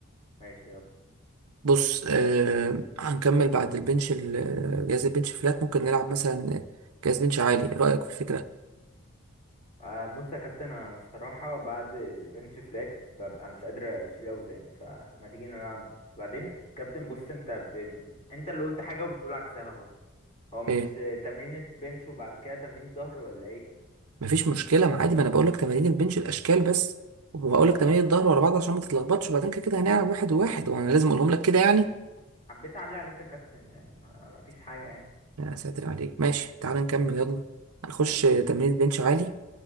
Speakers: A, on the left; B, on the right.
A: ماشي يلا
B: بص آه هنكمل بعد البنش ال- جهاز البنش فلات ممكن نلعب مثلا جهاز بنش عالي إيه رأيك في الفكرة
A: أه بص يا كابتن انا الصراحه بعد البنش فلات ببقى مش قادر اشيل اوزان فما تيجي نلعب بعدين كابتن بص انت ب... ب... انت اللي قلت حاجه وبتقول عكسها اهو هو مش
B: ايه
A: تمرين بنش وبعد كده تمرين ظهر ولا ايه
B: مفيش مشكلة ما عادي ما انا بقول لك تمارين البنش الاشكال بس وهقول
A: اه
B: لك تمارين الظهر ورا بعض عشان ما تتلخبطش وبعدين كده كده هنلعب واحد وواحد وانا لازم اقولهم لك كده يعني
A: حبيت اعلي عليك يا كابتن يعني ما ما فيش حاجه يعني
B: يا ساتر عليك ماشي تعالى نكمل يلا هنخش تمرين بنش عالي